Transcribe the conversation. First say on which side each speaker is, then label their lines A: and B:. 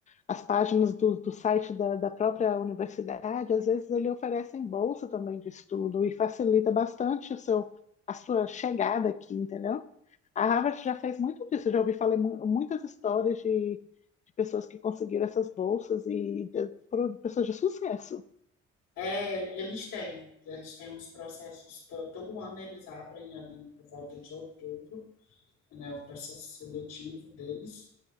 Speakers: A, on the left (about 25°); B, on the left (about 85°).
A: as páginas do, do site da, da própria universidade, às vezes ele oferecem bolsa também de estudo e facilita bastante o seu, a sua chegada aqui, entendeu? A Harvard já fez muito disso, eu já ouvi falar mu- muitas histórias de, de pessoas que conseguiram essas bolsas e de- foram pessoas de sucesso.
B: É, eles têm. Eles têm os processos, to- todo ano eles abrem ali por volta de outubro, né, o processo seletivo deles